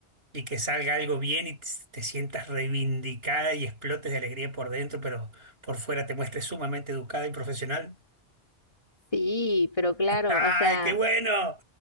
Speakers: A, on the right; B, on the left.
A: y que salga algo bien y te, te sientas reivindicada y explotes de alegría por dentro, pero por fuera te muestres sumamente educada y profesional.
B: Sí, pero claro,
A: ¡Ay,
B: o sea.
A: qué bueno!